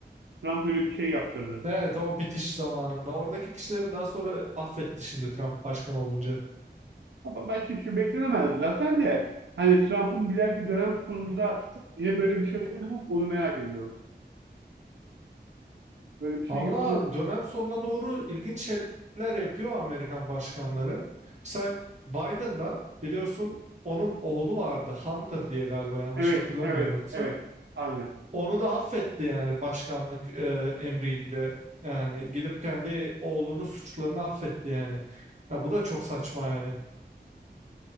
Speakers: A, on the right (about 85°); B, on the right (about 40°).
A: Trump öyle bir şey yaptırdı.
B: Evet o bitiş zamanında. Oradaki kişileri daha sonra affetti şimdi Trump başkan olunca.
A: Ama başka bir şey beklenemezdi zaten de. Hani Trump'ın bir dahaki dönem sonunda yine böyle bir şey olur mu? Onu merak ediyorum. Böyle bir şey
B: Valla
A: yapılır. mı?
B: dönem sonuna doğru ilginç şeyler yapıyor Amerikan başkanları. Misal Biden da biliyorsun onun oğlu vardı Hunter diye galiba yanlış
A: Evet,
B: hatırlamıyorumsa.
A: evet, evet. Aynen.
B: Onu da affetti yani başkanlık e, emriyle. Yani gidip kendi oğlunun suçlarını affetti yani. Ya bu da çok saçma yani.